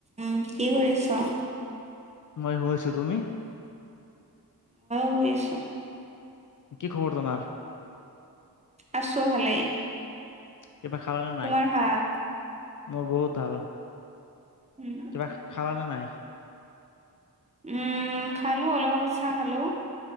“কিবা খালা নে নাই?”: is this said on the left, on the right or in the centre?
Left